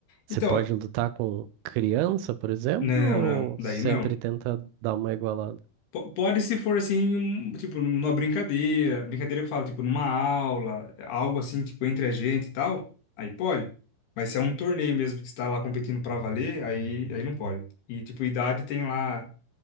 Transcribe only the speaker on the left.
Então,
não,
não, daí
não.
Po- Pode se for assim, um- tipo, numa brincadeira, brincadeira que eu falo, tipo, numa aula, algo assim, tipo, entre a gente e tal, aí pode. Mas se é um torneio mesmo que está lá competindo para valer, aí, aí não pode. E, tipo, idade tem lá.